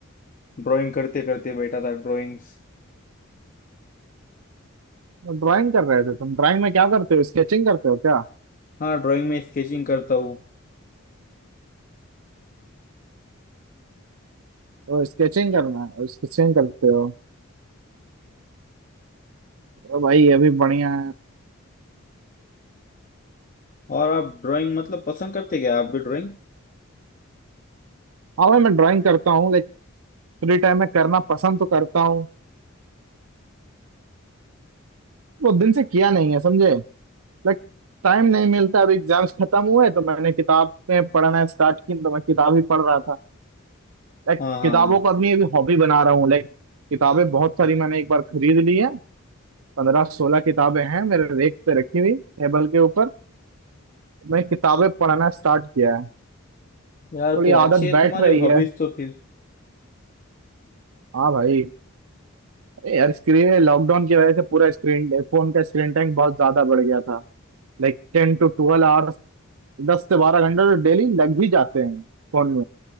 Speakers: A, on the left; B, on the right.
A: ड्राइंग करते करते बैठा था ड्राइंग्स
B: तो ड्राइंग कर रहे थे तुम ड्राइंग में क्या करते हो स्केचिंग करते हो क्या
A: हाँ ड्राइंग में स्केचिंग करता हूँ
B: ओ स्केचिंग करना है स्केचिंग करते हो ओ भाई ये भी बढ़िया है
A: और आप ड्राइंग मतलब पसंद करते क्या आप भी ड्राइंग
B: हाँ भाई मैं ड्राइंग करता हूँ लाइक फ्री टाइम में करना पसंद तो करता हूँ वो दिन से किया नहीं है समझे लाइक टाइम नहीं मिलता अभी एग्जाम्स खत्म हुए तो मैंने किताबें पढ़ना स्टार्ट की तो मैं किताब ही पढ़ रहा था लाइक
A: हाँ हाँ
B: किताबों को अपनी अभी हॉबी बना रहा हूँ लाइक किताबें बहुत सारी मैंने एक बार खरीद ली है पंद्रह सोलह किताबें हैं मेरे रेक पे रखी हुई टेबल के ऊपर मैं किताबें पढ़ना स्टार्ट किया है
A: यार
B: थोड़ी
A: फिर अच्छी
B: आदत
A: है
B: बैठ
A: तुम्हारी
B: रही
A: हॉबीज
B: है
A: तो फिर
B: हाँ भाई अरे यार स्क्रीन लॉकडाउन की वजह से पूरा स्क्रीन फोन का स्क्रीन टाइम बहुत ज्यादा बढ़ गया था Like ten to twelve hours दस से बारह घंटे तो डेली लग ही जाते हैं फोन